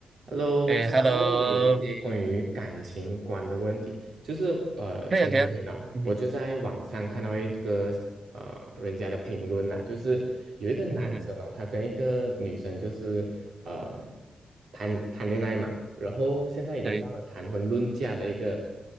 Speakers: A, on the right; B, on the right.
A: Hello，
B: 诶
A: 想要问你一些关于感情观的问题，
B: h e l l o
A: 就是呃，
B: 可以啊，
A: 前几天呢、
B: 可以啊，嗯哼，
A: 我就在网上看到一个呃人家的评论呐、就是有一个男生哦，
B: 嗯哼嗯哼，
A: 他跟一个女生就是呃谈谈恋爱嘛，然后现在已经到了谈婚论嫁的一个
B: 对，